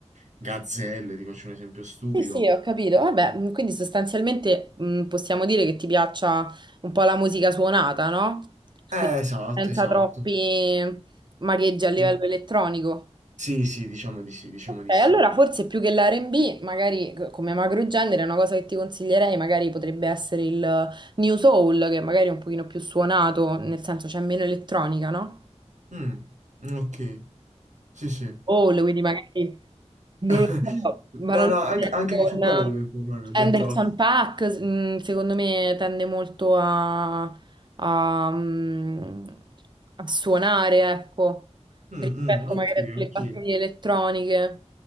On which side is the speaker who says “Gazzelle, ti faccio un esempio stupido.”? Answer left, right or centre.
Right